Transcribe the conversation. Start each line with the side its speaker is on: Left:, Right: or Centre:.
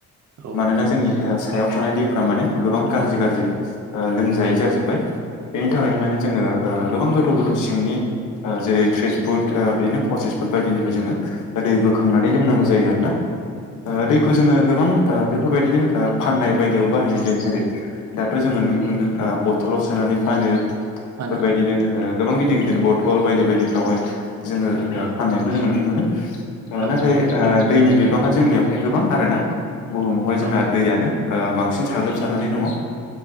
Right: औ
Left: मानोना नि सायाव थानाय दैफ्रा माने गोबां गाज्रि गाज्रि ओ लोंजायै जाजोब्बाय बेनि थाखायनो
Right: औ
Left: माने जोङो ओ गोबां गोथौ गोथौ सिंनि ओ जेरै त्रिस फुट ओ बिदिनो फसिस फुट बायदिनिफ्राय जोङो दै बोखांनानै लोंनांगौ जायो आरोना
Right: औ
Left: ओ दैखौ जोङो गोबां ओबेफोरबायदिनो ओ फाननाय बायदियाव बाहायनाय जायो जेरै दाथ' जोङो नुनो मोनदों ओ बथलाव सोनानै फानो बेफोरबायदिनो
Right: फानो
Left: ओ गोबां गिदिर गिदिर बथल बायदि बायदिफ्रावहाय जोङो
Right: औ
Left: फाननायखौ जोङो नुनो मोनो। ओ
Right: औ
Left: नाथाय ओ दैनि बिबाङा जोंनियावहाय गोबां आरोना बुहुमावहाय
Right: औ
Left: जोंहा दैयानो ओ बांसिन साग्लोबसारनानै दङ ओ